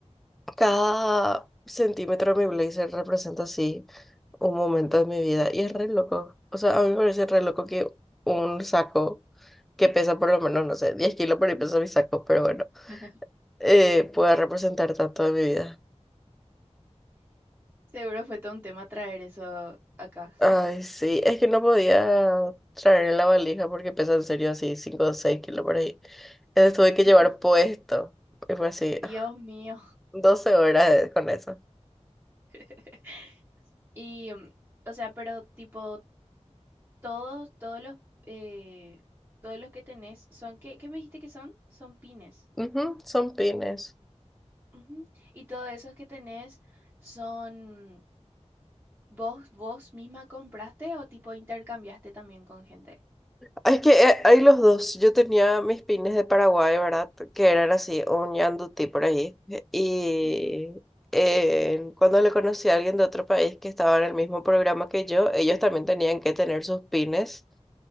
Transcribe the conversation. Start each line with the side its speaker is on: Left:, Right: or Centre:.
Centre: cada centímetro de mi blazer representa así un momento de mi vida y es re loco. O sea, a mí me parece re loco que un saco que pesa por lo menos, no sé, 10 kilos por ahí pesa mi saco, pero bueno,
Right: <laughs>
Centre: eh, pueda representar tanto de mi vida.
Right: Seguro fue todo un tema traer eso acá.
Centre: Ay, sí, es que no podía traer la valija porque pesa en serio así 5 o 6 kilos por ahí. Entonces tuve que
Right: <laughs>
Centre: llevar puesto. Y fue así,
Right: Dios
Centre: ah,
Right: mío.
Centre: 12 horas de- con eso.
Right: <laughs> Y, mm, o sea, pero tipo, todos, todos los, eh, todos los que tenés son, ¿qué, qué me dijiste que son? Son pines.
Centre: Ujú, son pines.
Right: Ujú. Y todos esos que tenés son, ¿vos, vos misma compraste o tipo intercambiaste también con gente?
Centre: Ah, Es que eh, hay los dos. Yo tenía mis pines de Paraguay, ¿verdad? Que eran así, un yandutí por ahí. Y
Right: Ujú,
Centre: eh, cuando le conocí a alguien de otro país que estaba en el mismo programa que yo, ellos también tenían que tener sus pines.